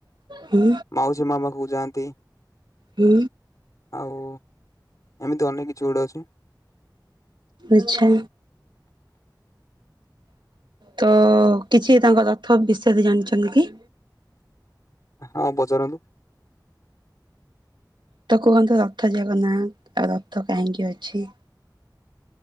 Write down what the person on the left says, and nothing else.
ମାଉସୀ ମା ପାଖକୁ ଯାଆନ୍ତି।
ଆଉ ଏମିତି ଅନେକ କିଛି ଗୁଡ଼େ ଅଛି।
ହଁ ପଚାରନ୍ତୁ?